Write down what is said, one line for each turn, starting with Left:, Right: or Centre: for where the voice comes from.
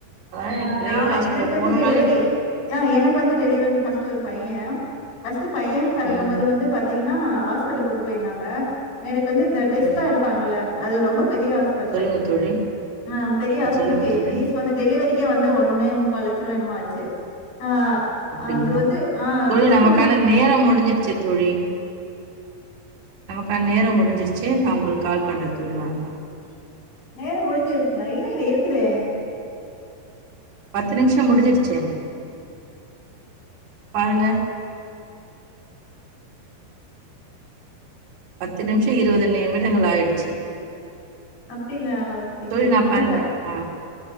Right: அதான்
Left: ஆ
Right: எனக்கு பிரைவேட்
Left: நாள
Right: ஹாஸ்பிட்டல்
Left: எனக்கு வந்து
Right: போணும்னாலே
Left: டெலிவரி
Right: இப்போலாம்
Left: ஆ எனக்கு வந்து டெலிவரி வந்து பஸ்ட்டு பையன் பஸ்ட்டு பையன் பிறக்கும்போது
Right: ம்.
Left: வந்து பாத்தீங் என்னா ஹாஸ்பிட்டலுக்கு கொண்டு போயிருந்தாங்க எனக்கு வந்து இந்த டெஸ்ட்
Right: ம்.
Left: லா எடுபாங்கல்ல அது ரொம்பக் பெரிய ஹாஸ்பட்லு
Right: சொல்லுங்க தோழி.
Left: அ பெரிய ஹாஸ் புள்ள
Right: சொல்லுங்க
Left: கே
Right: தோழி
Left: பீஃஸ் வந்து டெலிவரிக்கே வந்து ஒன்னே முக்கால் லட்ச் சருவா என்னமோ ஆச்சு ஆ
Right: அப்டிங்களா
Left: அது வந்து ஆ
Right: தோழி
Left: ஃபர்ஸ்ட்டு
Right: நமக்கான
Left: வந்து
Right: நேரம் முடிஞ்சிருச்சு தோழி நமக்கான நேரம் முடிஞ்சிருச்சு நான் உங்களுக்கு கால் பண்ற தோழி நானு
Left: நேரொ முடிஞ்சிடுச்சுங்களா இல்ல இல்ல இருக்குதே
Right: பத்து நிமிஷோ முடிஞ்சிருச்சே பாருங்க பத்து நிமிஷோ இருவது நிமிடங்கள் ஆயிடுச்சு
Left: அப்டிங்களா? Okay, okay.
Right: தோழி
Left: எனக்கு
Right: நா
Left: ஒன்னும்
Right: பண்றேன் ஆ